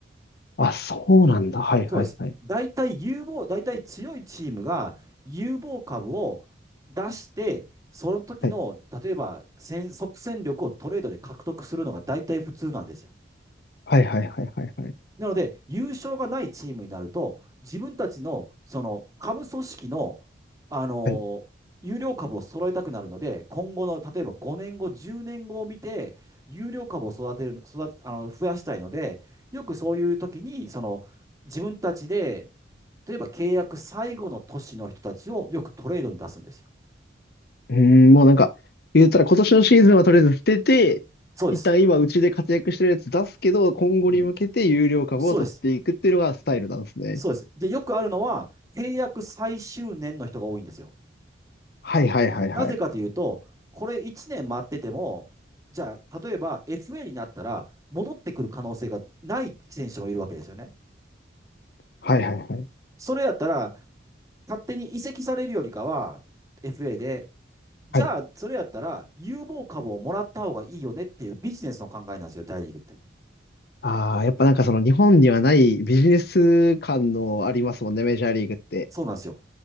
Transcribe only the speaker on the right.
そうです。大体有望、大体強いチームが有望株を出して、その時の、
例えば戦、即戦力をトレードで獲得するのが大体普通なんですよ。
なので、優勝がないチームになると、自分たちのその株組織の、あの有料株を揃えたくなるので、
今後の例えば5年後、10年後を見て、有料株を育てる、育てあの増やしたいので、よくそういう時にその自分たちで、例えば契約最後の年の人たちをよくトレードに出すんですよ。
そうです。
うん。そうです。そうです。で、よくあるのは、契約最終年の人が多いんですよ。
なぜかというと、これ1年待ってても、じゃあ、例えば FA になったら、戻ってくる可能性がない選手もいるわけですよね。
それやったら、勝手に移籍されるよりかは、FA で、じゃあ、
それやったら、有望株をもらった方がいいよねっていうビジネスの考えなんですよ、大リーグって。
そうなんですよ。